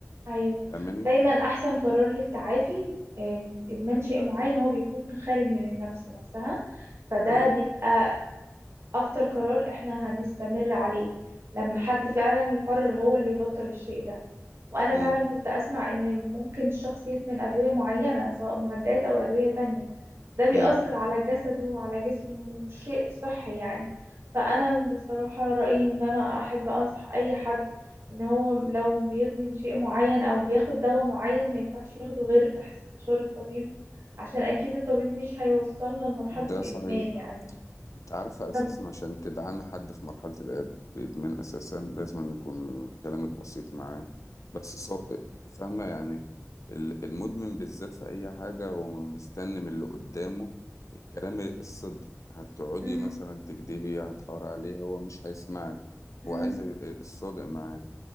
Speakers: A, on the right; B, on the left.
A: أيوة
B: فاهماني؟
A: دايما أحسن قرار للتعافي آه، من إدمان شيء معين هو بيكون خارج من النفس نفسها فده
B: أيوه
A: بيبقى اكتر قرار احنا هنستمر عليه لما حد فعلا يقرر هو اللي يبطل الشيء ده وانا فعلا
B: أمم
A: كنت اسمع ان ممكن الشخص يدمن ادوية معينة سواء مهدئات او ادوية تانية ده بيأثر
B: أمم
A: على جسده وعلى جسمه ومش شيء صحي يعني فانا بصراحة رأيي ان انا احب انصح اي حد ان هو لو بيدمن شيء معين او بياخد دواء معين ما ينفعش ياخده غير تحت استشارة الطبيب عشان اكيد الطبيب مش هيوصلنا لمرحلة
B: ده
A: الادمان
B: صحيح
A: يعني
B: انت عارفة اساسا
A: طب
B: عشان تدعم حد في مرحلة الإد- الادمان اساسا لازم أن يكون كلامك بسيط معاه بس صادق فاهمة يعني ال- المدمن بالذات في اي حاجة هو مستني من اللي قدامه الكلام الصدق هتقعدي
A: مم.
B: مثلا تكدبي هتحاور عليه هو مش هيسمعك
A: امم
B: هو عايز ال- الصادق معاه